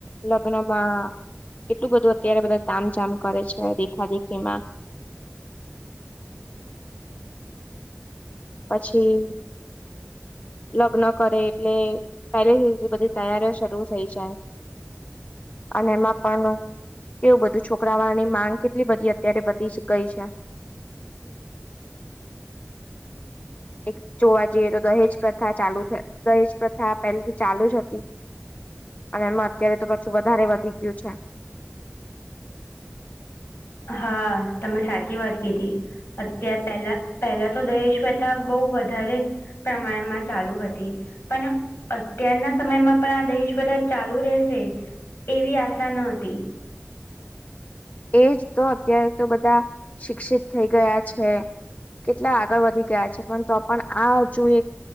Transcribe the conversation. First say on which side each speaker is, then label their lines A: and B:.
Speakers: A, on the left; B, on the left.
A: લગ્નમાં કેટલું બધું અત્યારે બધા તામ જામ કરે છે, દેખા-દેખીમાં. પછી લગ્ન કરે, એટલે પહેલીથીધી બધી તૈયારીઓ શરૂ થઈ જાય. અને એમાં પણ કેવું બધું છોકરા વાળા ની માંગ કેટલી બધી અત્યારે બધી જ ગઈ છે. એક જોવા જઈએ તો, દહેજ પ્રથા ચાલુ, દહેજ પ્રથા પહેલેથી ચાલુ જ હતી. અને એમાં અત્યારે તો પાછું વધારે વધી ગયું છે.
B: હા, તમે સાચી વાત કીધી. અત્યારે પહેલા પહેલા તો દહેજ પ્રથા બહુ વધારે. પ્રમાણમાં ચાલુ હતી. પણ અત્યારના સમયમાં પણ આ દહેજ પ્રથા ચાલુ રહેશે. એવી આશા ન હતી.
A: એજ તો અત્યારે તો બધા શિક્ષિત થઈ ગયા છે. કેટલા આગળ વધી ગયા છે, પરંતુ પણ આ જો એક